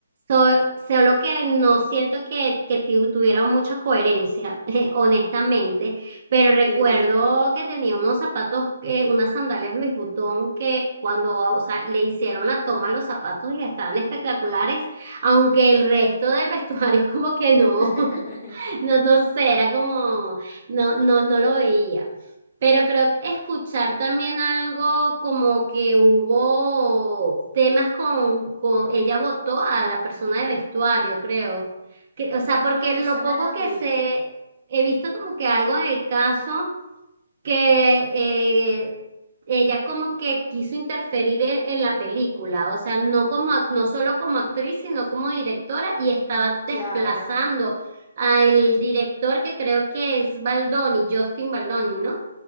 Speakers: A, on the right (about 30°); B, on the left (about 25°).
A: So- solo que no siento que, que tu- tuviera mucha coherencia, <laughs> honestamente, pero recuerdo
B: sí.
A: que tenía unos zapatos, eh, unas sandalias Louis Vuitton que cuando, o sea, le hicieron la toma a los zapatos y estaban espectaculares, aunque el resto del vestuario <laughs> como que no.
B: <laughs>
A: No, no sé, era como, no, no, no lo veía. Pero creo que escuchar también algo como que hubo temas con, con ella votó a la persona de vestuario, creo. Que- o sea,
B: Ah,
A: porque lo
B: eso no
A: poco
B: lo vi.
A: que se, he visto como que algo del caso que eh, ella como que quiso interferir en, en la película, o sea, no como ac- no solo como actriz, sino como directora y estaba
B: Claro.
A: desplazando al director que creo que es Baldoni, Justin Baldoni, ¿no?